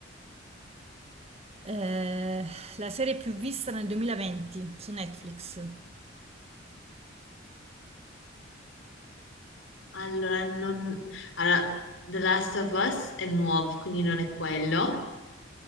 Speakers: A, on the right; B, on the left.
A: Eh, la serie più vista nel 2020 su Netflix.
B: Allora, non... allora, The Last of Us è nuovo, quindi non è quello.